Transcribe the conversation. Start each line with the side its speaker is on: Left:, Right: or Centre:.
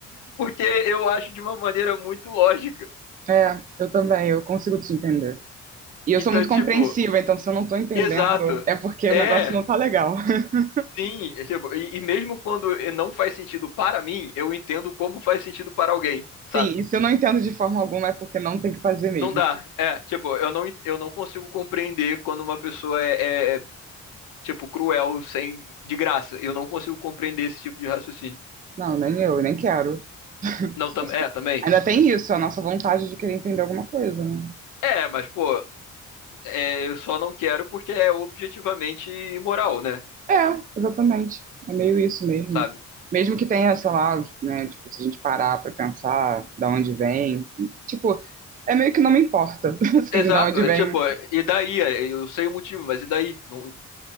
Left: Porque eu acho de uma maneira muito lógica.
Right: é, eu também, eu consigo te entender. E eu
Left: Então,
Right: sou muito
Left: tipo,
Right: compreensiva, então se eu não tô entendendo,
Left: exato. né?
Right: é porque
Left: É,
Right: o negócio não tá legal. <laughs>
Left: sim. é tipo, e, e mesmo quando não faz sentido para mim, eu entendo como faz sentido para alguém.
Right: Sim,
Left: sabe?
Right: e se eu não entendo de forma alguma, é porque não tem que fazer mesmo.
Left: Não dá. É, tipo, eu não, en- eu não consigo compreender quando uma pessoa é, é, é, tipo, cruel sem, de graça. Eu não consigo compreender esse tipo de raciocínio.
Right: Não, nem eu, nem quero.
Left: Não, tam,
Right: Assim,
Left: é, também.
Right: ainda tem isso, a nossa vontade de querer entender alguma coisa, né?
Left: É, mas, pô, é, eu só não quero porque é objetivamente imoral, né?
Right: É, exatamente. É meio isso mesmo.
Left: Sabe?
Right: Mesmo que tenha, sei lá, né, tipo, se a gente parar pra pensar da onde vem, tipo, é meio que não me importa, <laughs> assim,
Left: Exato,
Right: da onde
Left: é
Right: vem.
Left: tipo, também. e daí? É, Eu sei o motivo, mas e daí? Não,